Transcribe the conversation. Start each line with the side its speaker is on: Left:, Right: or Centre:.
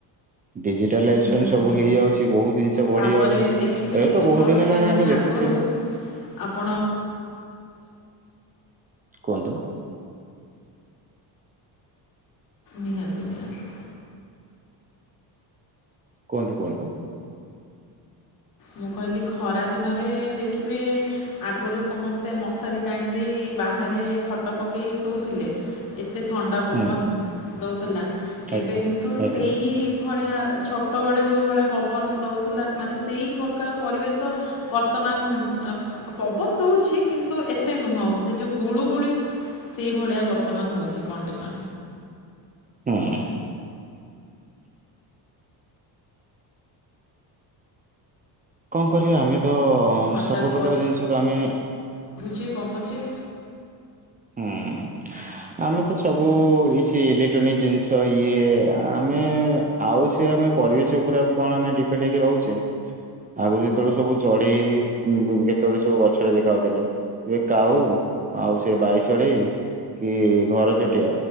Right: ଡିଜିଟାଲାଇେସନ
Left: ନିହାତି
Right: ସବୁ ହେଇଯାଉଛି ବହୁତ ଜିନିଷ ବଢି
Left: ତାପରେ
Right: ଯାଉଛି ଏବେ
Left: ଦେଖିବେ
Right: ତ
Left: ଯେତେବେଳେ
Right: ବହୁତ ଦିନ ହେଲାଣି
Left: ମାନେ
Right: ଆମେ ଦେଖୁଛେ
Left: ଆଗରୁ ଆପଣ
Right: କୁହନ୍ତୁ।
Left: ନିହାତି ନିହାତି।
Right: କୁହନ୍ତୁ କୁହନ୍ତୁ।
Left: ମୁଁ କହିଲି ଖରା ଦିନରେ ଦେଖିବେ ଆଗରୁ ସମସ୍ତେ ମଶାରୀ ଟାଣି ଦେଇ ବାହାରେ ଖଟ ପକେଇ ପକେଇ ଶୋଉଥିଲେ ଏତେ ଥଣ୍ଡା ପବନ
Right: ହୁଁ
Left: ଦଉଥିଲା
Right: ଆଜ୍ଞା।
Left: ଏବେ କିନ୍ତୁ ସେଇ
Right: ଆଜ୍ଞା
Left: ଭଳିଆ ଛୋଟବେଳେ ଯଉଁ ଭଳିଆ ପବନ ଦଉଥିଲା, ମାନେ ସେଇ ପ୍ରକାର ପରିବେଶ ବର୍ତ୍ତମାନ ଆ ପବନ ଦଉଚି, କିନ୍ତୁ ଏତେ ନୁହଁ ସେ ଯଉଁ ଗୁଳୁଗୁଳି ସେଭଳିଆ ବର୍ତ୍ତମାନ ହଉଚି କଣ୍ଡିସନ୍।
Right: ହୁଁ। କଣ କରିବା ଆମେ? ତ
Left: ହଠାତ୍
Right: ସବୁ ପ୍ରକାର ଜିନିଷକୁ ଆମେ
Left: ଚି କମୁଚି।
Right: ହୁଁ। ଆମେ ତ ସବୁ ଏ ସି ଇଲେକ୍ଟ୍ରୋନିକ ଜିନିଷ ଇଏ ଆମେ ଆଉ ସେ ଆମେ ପରିବେଶ ଉପରେ ଆ କଣ ଆମେ ଡିପେଣ୍ଡ ହେଇକି ରହୁଚେ? ଆଗରୁ ଯେତେବେଳେ ସବୁ ଚଢେଇ ଉ କେତେବେଳେ ସବୁ ଗଛରେ ଦେଖାଯାଉଥିଲେ। ଏ କାଉ ଆଉ ସେ ବାଇ ଚଢେଇ କି ଘର ଚଟିଆ